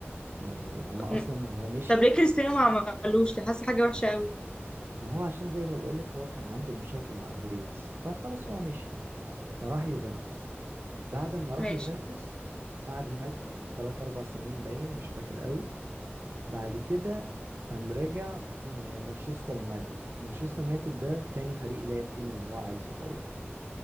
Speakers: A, on the right; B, on the left.
A: يعني هما
B: م-
A: اصلا هو مشي
B: طب ليه كريستيانو ما عملوش ده حاسة حاجة وحشة قوي
A: ما هو عشان زي ما بقولك هو كان عنده مشاكل مع بريز فخلاص هو مشي فراح يوفنتوس بعد ما راح
B: ماشي
A: يوفنتوس قعد هناك تلات أربع سنين باين مش فاكر قوي بعد كده قام راجع م- مانشستر يونايتد مانشستر يونايتد ده تاني فريق لعب فيه من وهو عيل صغير